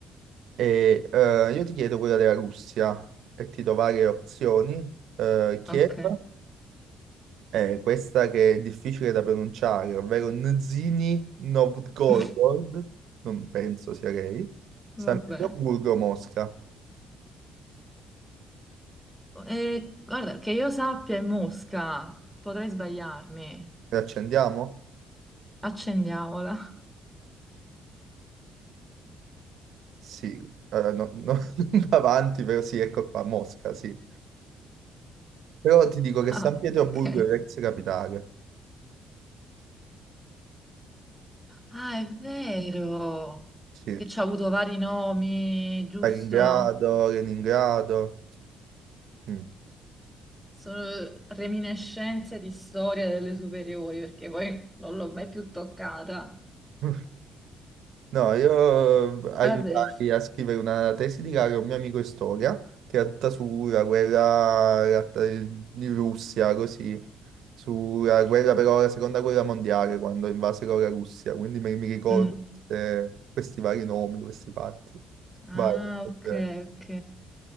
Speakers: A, on the right; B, in the centre.
A: E eh, io ti chiedo quella della Russia e ti do varie opzioni. Eh, Kiev
B: ok.
A: è questa che è difficile da pronunciare, ovvero Nizhny Novgorod,
B: <laughs>
A: non penso sia lei, San
B: Vabbè.
A: Pietroburgo, Mosca.
B: E, guarda, che io sappia è Mosca, potrei sbagliarmi.
A: La accendiamo?
B: Accendiamola. <laughs>
A: Sì, eh, no- no- <laughs> non va avanti, però sì, ecco qua, Mosca, sì. Però ti dico
B: Ah,
A: che San Pietroburgo
B: ok.
A: è l'ex capitale,
B: Ah, è vero.
A: sì.
B: Che ci ha avuto vari nomi, giusto?
A: Stalingrado, Leningrado. mm.
B: Sono reminiscenze di storia delle superiori, perché poi non l'ho mai più toccata.
A: <laughs> No, io eh, aiutai
B: Adesso.
A: a scrivere una tesi di laurea a un mio amico in storia, che era tutta sulla guerra la- di Russia, così, sulla guerra però, la seconda guerra mondiale, quando invasero la Russia, quindi mi, mi ricordo
B: mm.
A: eh, questi vari nomi, questi fatti.
B: Ah,
A: Vai.
B: ok,
A: eh.
B: ok.